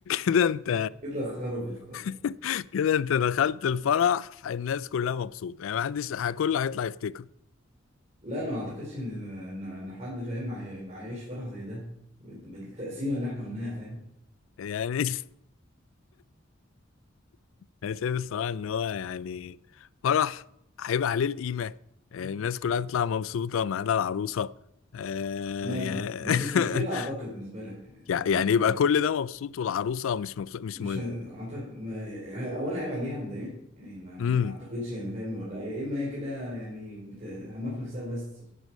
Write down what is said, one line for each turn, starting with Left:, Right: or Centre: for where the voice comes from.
Left: كده انت
Right: <laughs> كده خربت خالص
Left: <laughs> كده انت دخلت الفرح الناس كلها مبسوطه يعني ما حدش كله هيطلع يفتكره
Right: لا انا ما اعتقدش ان ان إن حد فاهم عاي- عايش فرح زي ده بال- بالتقسيمه اللي احنا قلناها فاهم
Left: يعني <laughs> انا شايف الصراحه ان هو يعني فرح هيبقى عليه القيمه آه،
Right: مم.
Left: الناس كلها تطلع مبسوطه ما عدا العروسه آه،
Right: مثلا
Left: يعني
Right: بس مش مشكله
Left: <laughs>
Right: اعتقد بالنسبه لك يعني انت
Left: يع-
Right: أنت
Left: يعني يبقى كل ده مبسوط والعروسه مش مبسوط مش
Right: مش
Left: مهم
Right: ه- اعتقد ما- اولا عيب عليها مبدئيا يعني ما ما
Left: امم
Right: اعتقدش يعني فاهم ولا يا اما هي كده يعني بت- همها في نفسها بس